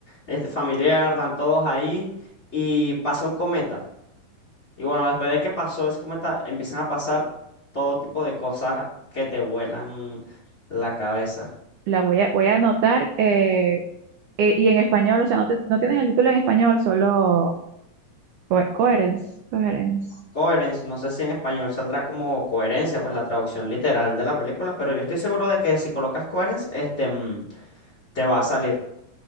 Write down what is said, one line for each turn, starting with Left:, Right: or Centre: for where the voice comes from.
Left: este, familiar, están todos ahí y pasa un cometa. Y bueno, después de que pasó ese cometa, empiezan a pasar todo tipo de cosas que te vuelan la cabeza.
Right: La voy a, voy a anotar eh, eh, y en español, o sea, no, te- no tienes el título en español, solo co- Coherence, Coherence.
Left: Coherence, no sé si en español saldrá como coherencia, pues la traducción literal de la película, pero yo estoy seguro de que si colocas coherence, este, mm, te va a salir.